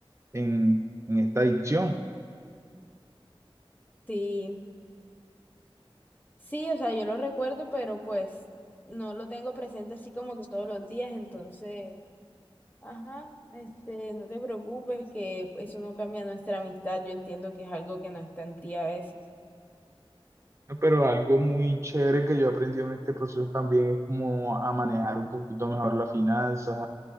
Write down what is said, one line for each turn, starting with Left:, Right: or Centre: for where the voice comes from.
Right: en, en esta adicción.
Left: Sí, sí, o sea, yo lo recuerdo, pero pues no lo tengo presente así como que todos los días, entonces, ajá, este, no te preocupes que eso no cambia nuestra amistad, yo entiendo que es algo que no está en ti a veces.
Right: Pero algo muy chévere que yo he aprendido en este proceso también es como a manejar un poquito mejor las finanzas,